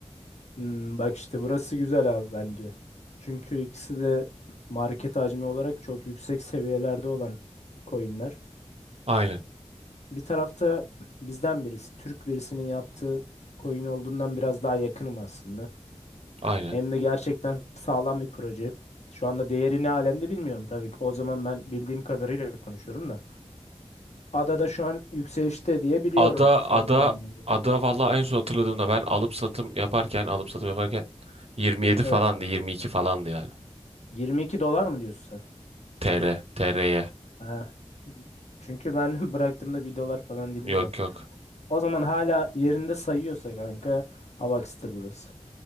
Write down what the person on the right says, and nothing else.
Aynen,
aynen.
Ada,
ada,
ada vallahi en son hatırladığımda ben alıp satım yaparken, alıp satım yaparken 27 falandı,
22 falandı yani.
TL, TR'ye.
Yok
yok.